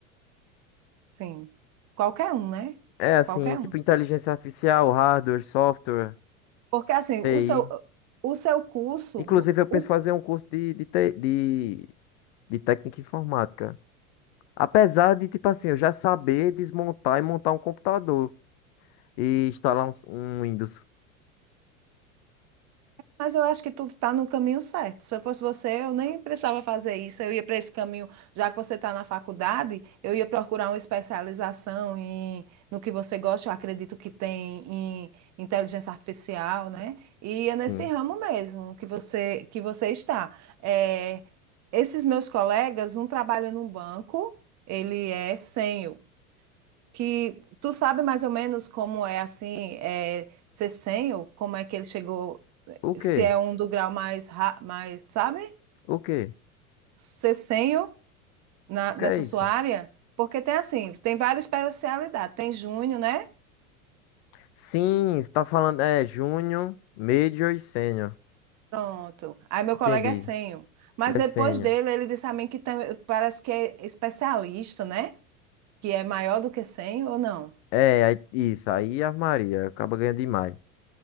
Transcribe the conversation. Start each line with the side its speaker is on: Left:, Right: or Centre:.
Right: Sim, qualquer um, né?
Left: É, assim,
Right: Qualquer
Left: tipo
Right: um.
Left: inteligência artificial, hardware, software,
Right: Porque assim,
Left: TI.
Right: o seu o seu curso,
Left: Inclusive, eu penso
Right: o
Left: fazer um curso de, de, te- de, de técnica informática. Apesar de, tipo assim, eu já saber desmontar e montar um computador. e instalar um, um Windows.
Right: Mas eu acho que tu tá no caminho certo. Se eu fosse você, eu nem precisava fazer isso. Eu ia para esse caminho, já que você está na faculdade, eu ia procurar uma especialização em, no que você gosta, eu acredito que tem em inteligência artificial, né? E é nesse
Left: Sim.
Right: ramo mesmo que você que você está. É, esses meus colegas, um trabalha num banco, ele é sênior, que tu sabe mais ou menos como é assim, é, ser sênior, como é que ele chegou
Left: O quê?
Right: se é um do grau mais, ra- mais sabe?
Left: O quê?
Right: Cessenho na,
Left: O que
Right: nessa
Left: é isso?
Right: sua área? Porque tem assim, tem várias especialidades. Tem júnior, né?
Left: Sim, está falando é Júnior, Major e Sênior.
Right: Pronto. Aí meu
Left: Entendi.
Right: colega é senho. Mas
Left: Ele
Right: depois
Left: é Sênior.
Right: dele, ele disse a mim que tam- parece que é especialista, né? Que é maior do que senho ou não?
Left: É, aí- isso. Aí a Maria acaba ganhando demais.